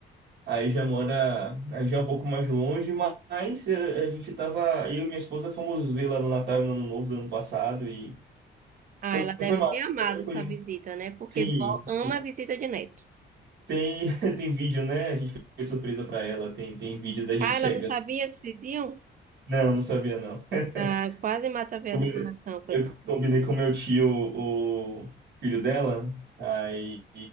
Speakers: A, on the right; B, on the right.
A: Aí já mora, aí já é um pouco mais longe, mas é, a gente tava, eu e minha esposa fomos ver lá no Natal e no Ano Novo do ano passado e
B: Ah,
A: foi,
B: ela deve
A: foi massa,
B: ter amado
A: foi tranquilo.
B: sua visita, né? Porque
A: Sim,
B: vó ama
A: sim,
B: a visita de neto.
A: Tem, <laughs> tem vídeo, né? A gente fez surpresa pra ela. Tem, tem vídeo da gente
B: Ah,
A: chegando.
B: ela não sabia que vocês iam?
A: Não, não sabia, não.
B: Ah,
A: <laughs>
B: quase mata a veia
A: Combinei-
B: do coração, coitada.
A: Eu combinei com meu tio, o filho dela. Aí.